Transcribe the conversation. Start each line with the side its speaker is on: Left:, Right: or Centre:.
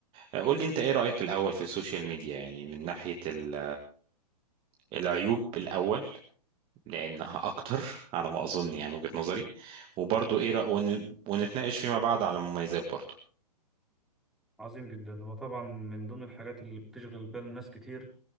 Right: آه، قول لي انت ايه رأيك الاول في السوشيال ميديا يعني من ناحية ال- العيوب الاول لانها اكتر <laughs> على ما اظن يعني من وجهة نظري وبرضو ايه رأ... ون... ونتناقش فيما بعد على المميزات برضو
Centre: عظيم جدا هو طبعا من ضمن الحاجات اللي بتشغل بال ناس كتير